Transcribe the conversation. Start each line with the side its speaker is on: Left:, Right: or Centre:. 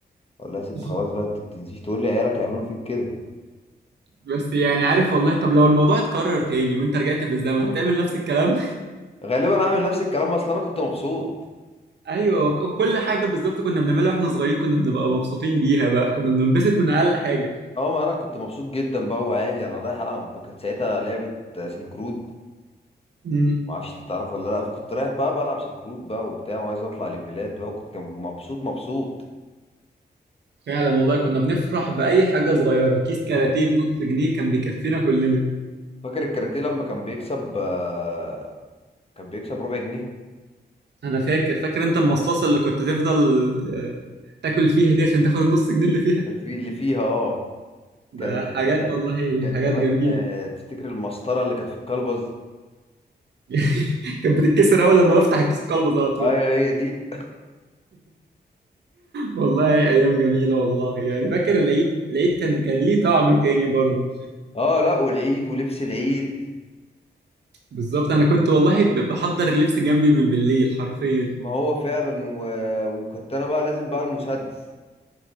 Left: اقول لها يا ست
Right: <laughs>
Left: خلاص بقى انت بتنسيش تقول لي عيالك هيعملوا فيك كده
Right: بس يعني عارف والله طب لو الموضوع اتكرر تاني وانت رجعت بالزمن هتعمل نفس الكلام
Left: غالبا هعمل نفس الكلام اصلا انا كنت مبسوط
Right: <laughs> ايوه وك- كل حاجه بالظبط كنا بنعملها واحنا صغيرين كنا بنبقى مبسوطين بيها بقى كنا بننبسط من اقل حاجه
Left: اه ما انا كنت مبسوط جدا بقى وعادي انا رايح العب كانت ساعتها لعبه سلك رود
Right: امم
Left: ما اعرفش انت تعرف ولا لا فكنت رايح بقى بلعب سلك رود بقى وبتاع وعايز اطلع ليفلات بقى وكنت مبسوط مبسوط
Right: فعلا والله كنا بنفرح باي حاجه صغيره كيس كاراتيه
Left: اه
Right: بنص جنيه كان بيكفينا كلنا
Left: فاكر الكاراتيه لما كان بيكسب آه، كان بيكسب ربع جنيه
Right: انا فاكر فاكر انت المصاصه اللي كنت تفضل ت- تاكل فيها دي عشان تاخد النص جنيه اللي فيها
Left: اللي في- اللي فيها اه
Right: ده
Left: كان
Right: حاجات
Left: حتى س-
Right: والله
Left: كان
Right: حاجات
Left: كمان
Right: جميله
Left: آه، تفتكر المسطرة اللي كانت في الكلبز
Right: <laughs> كانت بتتكسر اول لما بفتح الكيس القلب على طول
Left: ايوه هي دي
Right: والله ايام جميله والله يعني فاكر العيد العيد كان كان ليه طعم تاني برضو
Left: اه لا والعيد ولبس العيد
Right: بالظبط انا كنت والله ب- بحضر اللبس جنبي من بالليل حرفيا
Left: ما هو فعلا و... وكنت انا بقى لازم بقى المسدس